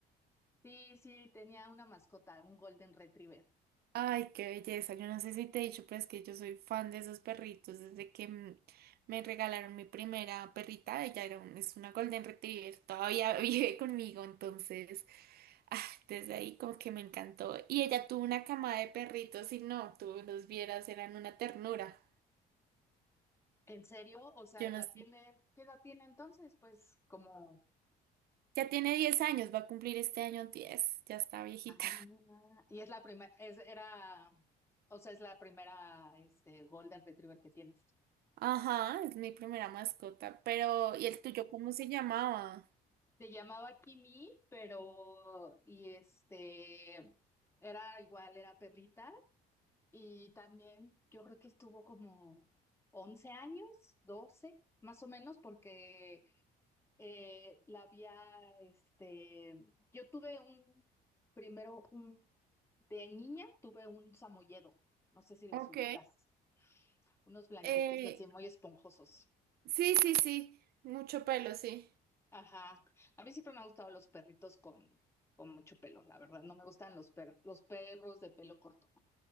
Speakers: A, on the left; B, on the right.
A: sí, sí, tenía una mascota, un Golden Retriever.
B: Ay, qué belleza. Yo no sé si te he dicho, pero es que yo soy fan de esos perritos. Desde que mm, me regalaron mi primera perrita, ella era un- es una Golden Retriever, todavía <laughs> vive conmigo, entonces, ah, desde ahí como que me encantó. Y ella tuvo una camada de perritos y no, tú los vieras, eran una ternura.
A: ¿En serio? O sea,
B: Yo
A: ¿la
B: no sé.
A: tienes? ¿Qué edad tiene entonces? Pues como...
B: Ya tiene 10 años, va a cumplir este año 10. ya está viejita.
A: Ah, y es la primera, es, era, o sea, es la primera, este, Golden Retriever que tienes.
B: <laughs> Ajá, es mi primera mascota, pero ¿y el tuyo cómo se llamaba?
A: Se llamaba Kimi, pero, y este, era igual, era perrita, y también yo creo que estuvo como 11 años, 12 más o menos, porque... eh, la había, este, yo tuve un, primero un, de niña tuve un samoyedo, no sé si los
B: Ok.
A: ubicas, unos blanquitos
B: Eh,
A: así muy esponjosos.
B: sí, sí, sí, mucho pelo, sí.
A: Ajá, a mí siempre me han gustado los perritos con, con mucho pelo, la verdad, no me gustan los, per- los perros de pelo corto.